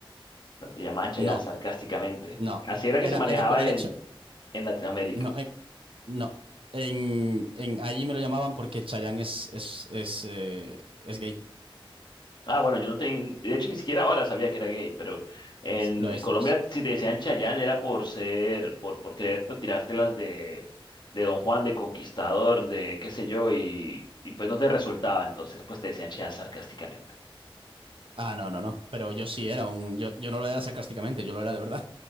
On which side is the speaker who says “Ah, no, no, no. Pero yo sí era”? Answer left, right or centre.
Right